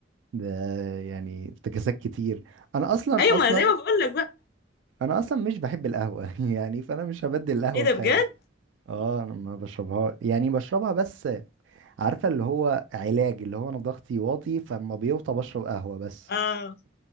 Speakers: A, on the right; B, on the left.
A: ده يعني افتكاسات كتير انا اصلا
B: ايوه
A: اصلا
B: ما زي ما بقول لك بقى
A: انا اصلا مش بحب القهوه <laughs> يعني فانا مش هبدل القهوه
B: ايه ده
A: بحاجه
B: بجد
A: اه انا ما بشربها يعني بشربها بس عارفه اللي هو علاج اللي هو انا ضغطي واطي فاما بيوطى بشرب قهوه بس
B: اه